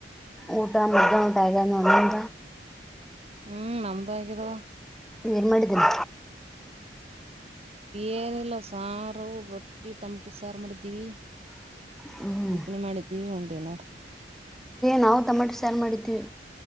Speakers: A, in the centre; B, on the right (about 35°).
A: ಊಟ ಮಗ ಟೈಗರ್ ನೋಂತ
B: ಹ್ಮ್ ನಮ್ದು ಆಗಿದಾವ
A: ನೀವ ೇನ್ ಮಾಡಿದ್ದೀನ
B: ಏನಿಲ್ಲ ಸಾರು ರೊಟ್ಟಿ ತಂಪಟಿ ಸಾರು ಮಾಡಿದ್ದೀವಿ
A: ಹ್ಮ್
B: ಚೀಪಣಿ ಮಾಡಿದ್ದೀವಿ ಉಂಡೇನು
A: ನಾವು ತಮಟಿ ಸಾರು ಮಾಡಿದೀವಿ